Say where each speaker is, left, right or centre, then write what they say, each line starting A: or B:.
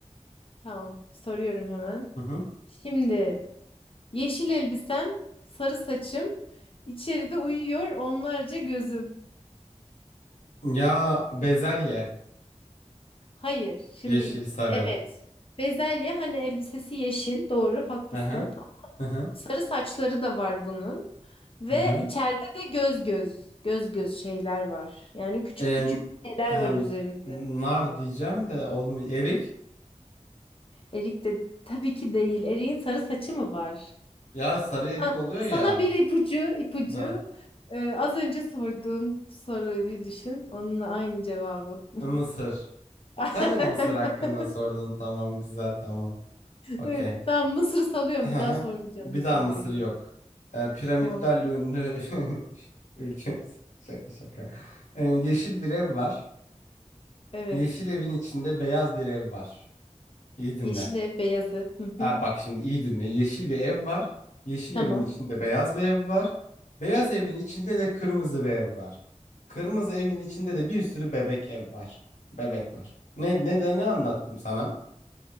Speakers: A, on the left (about 50°); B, on the left (about 80°).
A: Tamam, soruyorum hemen.
B: Hı hı.
A: Şimdi yeşil elbisem, sarı saçım, içeride uyuyor onlarca gözüm.
B: Ya bezelye.
A: Hayır, şimdi
B: Yeşil, sarı.
A: evet. Bezelye hani elbisesi yeşil, doğru, haklısın.
B: Hı hı. Hı hı.
A: Sarı saçları da var bunun ve
B: Hı hı.
A: içeride de göz göz, göz göz şeyler var. Yani küçük
B: E,
A: küçük şeyler
B: hem
A: var üzerinde.
B: nar diyeceğim de olmuyor. Erik.
A: Erik de tabii ki değil. Erik'in sarı saçı mı var?
B: Ya sarı erik
A: Ha,
B: oluyor
A: sana
B: ya.
A: bir ipucu, ipucu.
B: Ha.
A: Ee, az önce sorduğum soruyu düşün. Onunla aynı cevabı.
B: e, Mısır.
A: <laughs>
B: Sen de Mısır hakkında sordun. Tamam güzel tamam. Okey.
A: Evet, tamam Mısır salıyorum.
B: Hı
A: Bir
B: hı.
A: daha sormayacağım
B: Bir
A: Mısırlı
B: daha Mısır
A: gibi.
B: yok. E, piramitlerle
A: Tamam.
B: ünlü <laughs> ülkemiz. Şaka şaka. E, yeşil bir ev var.
A: Evet.
B: Yeşil evin içinde beyaz bir ev var. İyi dinle.
A: Yeşil ev, beyaz ev. Hı hı.
B: Aa, bak şimdi iyi dinle. Yeşil bir ev var. Yeşil
A: Tamam.
B: evin içinde beyaz bir ev var. Beyaz evin içinde de kırmızı bir ev var. Kırmızı evin içinde de bir sürü bebek ev var. Bebek var. Ne ne de ne anlattım sana?